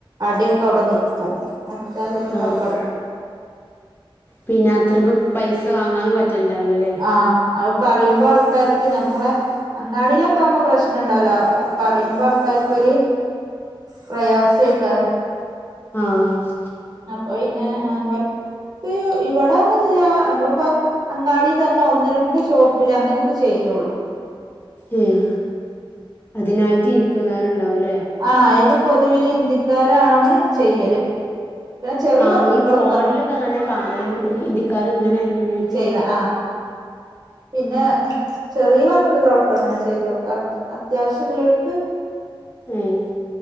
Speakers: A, on the right; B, on the left.
A: അടിയൊക്കെ അവിടെ നിക്കും അടച്ചാള്ളതൊക്കെ
B: ആഹ്
A: അവിടെക്കടു
B: പിന്നെ അത്രയ്ക്ക് പൈസ വാങ്ങാനും പറ്റലുണ്ടാവൂലല്ലേ
A: ആഹ് അത് പറയുമ്പോ ആൾക്കാർക്ക് ഞമ്മളെ അങ്ങാടിയിലൊക്കെ ആവുമ്പോ പ്രശ്നം ഉണ്ടാവൂലാ പറയുമ്പോ ആൾക്കാർക്കൊരു പ്രയാസേക്കാരം
B: ആഹ്
A: അപ്പൊ പിന്നെ ഹാൻഡ് വർക്ക് ഇവട് ടൊന്നുല്ല നമ്മളിപ്പോ അങ്ങാടി തന്നെ ഒന്ന് രണ്ട് ഷോപ്പില് അങ്ങനൊക്കെ ചെയ്യോള്ളൂ
B: ഉം അതിനായിട്ട് ഇരിക്കുന്നവരുണ്ടാവൂല്ലേ
A: ആഹ് അയിന് പൊതുവില് ഹിന്ദിക്കാരാണ് ചെയ്യല് പിന്നെ ചെറിയ
B: ആഹ്
A: വർക്ക്കളൊക്കെ
B: ഈ ഫോണിലൊക്കെ അങ്ങനെ കാണലുണ്ട് ഹിന്ദിക്കാർ ഇങ്ങനെ അയ്നായിട്ട്
A: ചെയ്യണ
B: ഇരിക്ക്ണ്
A: ആ പിന്നെ ചെറിയ വർക്കുകളൊക്കെ അങ്ങനെ ചെയ്തോടുക്കാറ് അത്യാവശ്യ ഉള്ളോൽക്ക്
B: ഉം